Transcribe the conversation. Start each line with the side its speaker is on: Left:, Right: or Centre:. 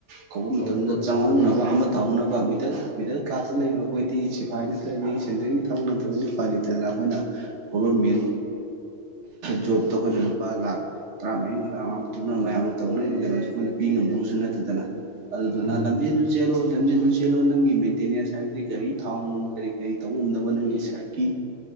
Right: ꯀꯧꯕ
Left: ꯀꯧꯏ
Right: ꯃꯇꯝꯗ
Left: ꯀꯧꯏ
Right: ꯆꯪꯍꯧꯅꯕ
Left: ꯗꯤꯄꯥꯔꯠꯃꯦꯟꯒꯤ
Right: ꯑꯃ ꯇꯧꯍꯧꯅꯕ ꯃꯤꯗꯜ ꯃꯤꯗꯜ ꯀ꯭ꯂꯥꯁꯇ ꯂꯩꯕ ꯑꯩꯈꯣꯏꯗꯤ ꯁꯤ ꯐꯥꯏ ꯅꯠꯇ꯭ꯔꯒꯗꯤ ꯁꯦꯟꯇ꯭ꯔꯦꯜꯒꯤ ꯊꯕꯛ ꯅꯠꯇ꯭ꯔꯒꯗꯤ ꯎꯐꯥꯏ ꯂꯩꯇꯗꯅ ꯑꯩꯈꯣꯏꯅ ꯒꯣꯕꯔꯃꯦꯟ ꯖꯣꯕꯇ‌ꯣ ꯑꯩꯈꯣꯏꯅ ꯂꯨꯄꯥ ꯂꯥꯈ ꯇꯔꯥꯃꯔꯤ ꯃꯉꯥ ꯃꯉꯥ ꯄꯨꯊꯣꯛꯅꯔ ꯃꯌꯥꯝ ꯇꯧꯅꯔꯤꯕ ꯀꯩꯅꯣꯁꯦ ꯑꯩꯈꯣꯏꯅ ꯄꯤ ꯉꯝꯕꯁꯨ ꯅꯠꯇꯦꯗꯅ ꯑꯗꯨꯗꯨꯅ
Left: ꯎꯝ
Right: ꯂꯝꯕꯤ ꯆꯦꯜꯂꯣ ꯂꯝꯖ‌ꯦꯜꯁꯨ ꯆꯦꯜꯂꯣ ꯅꯪꯒꯤ ꯃꯦꯟꯇꯦꯅꯦꯟꯁ ꯍꯥꯏꯕꯗꯤ ꯒꯥꯔꯤ ꯊꯥꯎ ꯅꯨꯡ ꯀꯔꯤ ꯀꯔꯤ ꯇꯧ ꯉꯝꯅꯕ ꯅꯪꯒꯤ ꯁꯥꯏꯠ ꯀꯤ